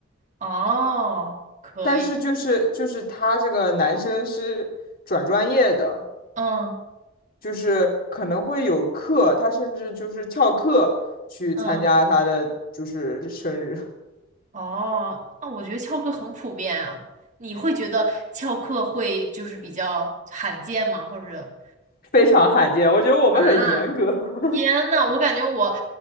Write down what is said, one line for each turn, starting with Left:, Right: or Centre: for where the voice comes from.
Right: <laughs> 哦，可以，
Left: 但是就是就是他这个男生是转专业的，
Right: 嗯
Left: 就是可能会有课，他甚至就是翘课去参加他的就是生日，
Right: 嗯。
Left: <laughs>
Right: 哦，那我觉得翘课很普遍啊。你会觉得翘课会就是比较罕见吗？或者
Left: 非常罕见，我觉得我们很严格。
Right: 啊，
Left: <laughs>
Right: 天呐，我感觉我